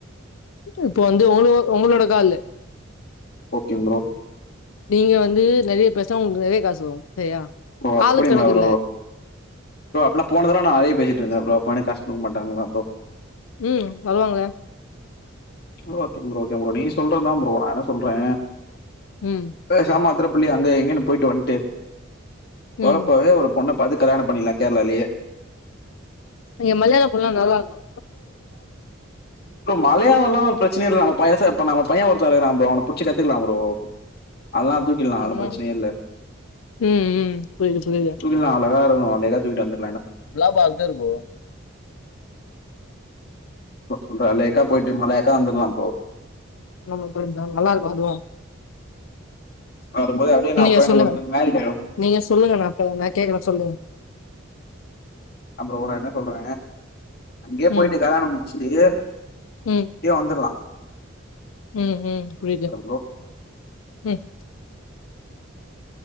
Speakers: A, on the left; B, on the left.
A: இப்போ வந்து உங்களோ உங்களோட காலு
B: ஓகே ப்ரோ
A: நீங்க வந்து நெறைய பேசுனா உங்களுக்கு நெறைய காசு வரு சரியா
B: ஓ அப்படிங்களா
A: காலுக் கணக்குல்ல
B: ப்ரோ ப்ரோ அப்பன போன தரவ நா நெறைய பேசிட்ருந்த ப்ரோ அப்போ எனக் காசு குடுக்க மாட்டாங்களா ப்ரோ
A: ம் தருவாங்களே
B: bro okay bro okay bro நீங்க சொல்றதுதா ப்ரோ நா என்ன சொல்ற
A: ம்,
B: பேசாம அதுல புள்ளி அங்க இங்கன்னு போயிட்டு வந்ட்டு வரப்போவே
A: ம்.
B: ஒரு பொண்ண பாத்து கல்யாண பண்ணிக்கலா கேரளாலேயே
A: இங்க மலையாள பொண்லா நல்லாருக்கு
B: மலையாளல்லா ஒரு பிரச்சனை இல் நம பச நம்ம பைய ஒருத்த இருக்கா ப்ரோ அவன புடிச்சு கத்துக்கலா ப்ரோ அதல்லா தூக்கிடலா அதெல்லா
A: ஆமா.
B: பிரச்சனையே இல்ல
A: ம், ம். புரியுது, புரியுது.
B: தூக்கிட்லா அழகா இருக்கு நேக்கா தூக்கிட்டு வந்ரு
A: ப்லாபா <unintelligible> ப்ரோ
B: ப்ரோ‌ சொல்ற அலேக்கா போயிட்டு மலாக்கா வந்துட்லா ப்ரோ
A: நம நல்லா இருக்கா ப்ரோ
B: வரும்போது அப்டியே நா
A: நீங்க
B: பையனுக்கு
A: சொல்லுங்க
B: ஒருத்தனுக்கு மேரேஜ் ஆயிடு
A: நீங்க சொல்லுங்க ந க் கேக்குற சொல்லுங்க
B: அ ப்ரோ நா என்ன சொல்றே அங்கயே போயிட்டு
A: ம்,
B: கல்யாணம் முடிச்சுட்டு இப்டியே
A: ம்,
B: வந்துரலா
A: ம் ம் புரியுது
B: ப்ரோ
A: ம்